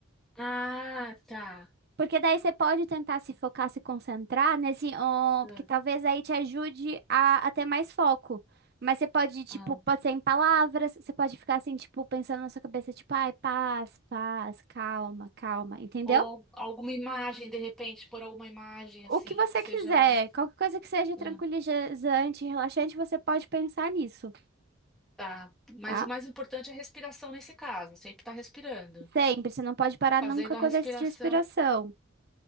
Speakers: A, in the centre; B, on the right (about 50°).
A: Ah, tá.
B: Porque daí você pode tentar se focar, se concentrar nesse on,
A: Ah,
B: porque talvez aí te ajude a, a ter mais foco. Mas você pode, tipo,
A: ah.
B: pode ser em palavras, você pode ficar assim, tipo, pensando na sua cabeça, tipo, ai, paz, paz, calma, calma, entendeu?
A: Ou alguma imagem, de repente, por alguma imagem assim,
B: O que você
A: que seja.
B: quiser, qualquer coisa que seja tranquilizante,
A: ah,
B: relaxante, você pode pensar nisso,
A: tá. Mas
B: tá?
A: o mais importante é a respiração nesse caso, sempre estar respirando.
B: Sempre, você não pode parar
A: Fazendo
B: nunca com
A: a respiração.
B: o exercício de respiração.